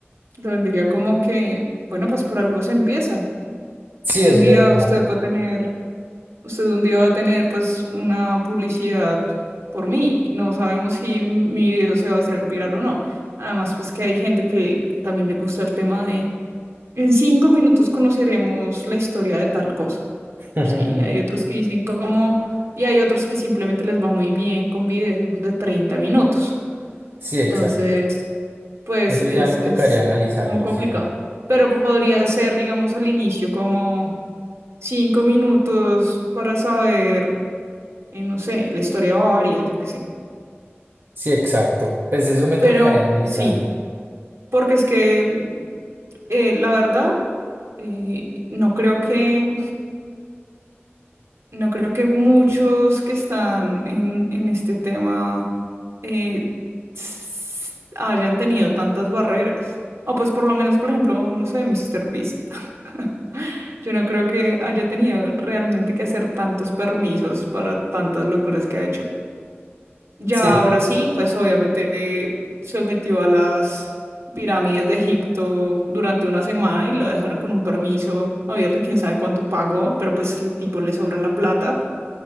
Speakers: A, on the right (about 85°); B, on the right (about 55°).
A: lo vendería como que, bueno, pues por algo se empieza.
B: Sí,
A: Un
B: es
A: día
B: verdad.
A: usted va a tener Usted un día va a tener pues una publicidad por mí. No sabemos si mi video se va a hacer viral o no. Además, pues que hay gente que también le gusta el tema de en cinco minutos conoceremos la historia de tal cosa.
B: <laughs>
A: Sí, hay otros que dicen cómo y hay otros que simplemente les va muy bien con videos de 30 minutos.
B: Sí,
A: Entonces,
B: exacto.
A: pues
B: Eso
A: es,
B: ya me tocaría
A: es
B: analizarlo,
A: como complicado.
B: sí.
A: Pero podría ser, digamos, al inicio como cinco minutos para saber en, no sé, la historia de Bavaria, yo qué sé.
B: Sí, exacto. Pues eso me tocaría
A: Pero
B: analizarlo.
A: sí, porque es que mm, eh, la verdad, eh, no creo que, no creo que muchos que están en, en este tema eh, s- hayan tenido tantas barreras. O pues por lo menos, por ejemplo, no sé, Mister Beast. <laughs> Yo no creo que haya tenido realmente que hacer tantos permisos para tantas locuras que ha hecho. Ya
B: Sí.
A: ahora sí, pues obviamente se metió a las pirámides de Egipto durante una semana y lo dejaron con un permiso abierto, quién sabe cuánto pagó, pero pues el tipo le sobra la plata